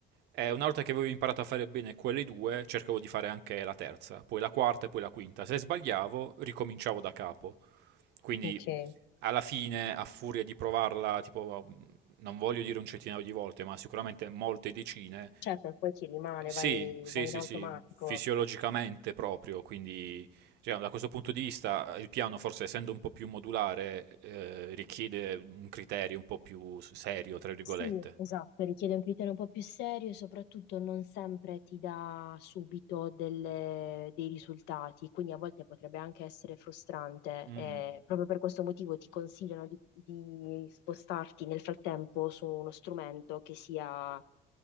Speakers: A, on the right; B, on the left.
A: e una volta che avevo imparato a fare bene quelle due, cercavo di fare anche la terza, poi la quarta e poi la quinta. Se sbagliavo, ricominciavo da capo. Quindi
B: ok.
A: alla fine, a furia di provarla, tipo, non voglio dire un centinaio di volte, ma sicuramente molte decine,
B: Certo, poi ti rimane,
A: sì,
B: vai,
A: sì,
B: vai
A: sì,
B: in automatico.
A: sì, fisiologicamente proprio, quindi cioè, da questo punto di vista il piano, forse essendo un po' più modulare, eh, richiede un criterio un po' più serio, tra virgolette.
B: Sì, esatto, richiede un criterio un po' più serio e soprattutto non sempre ti dà subito delle- dei risultati, quindi a volte potrebbe anche essere frustrante.
A: Mm.
B: eh, proprio per questo motivo ti consigliano di, di spostarti nel frattempo su uno strumento che sia